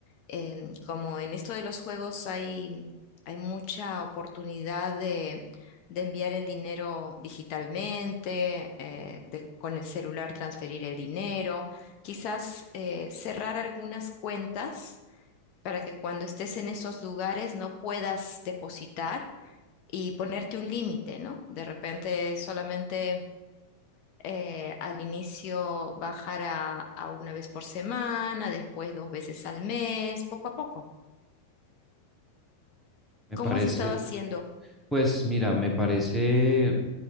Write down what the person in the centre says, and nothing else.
Me
parece...
Pues mira, me parece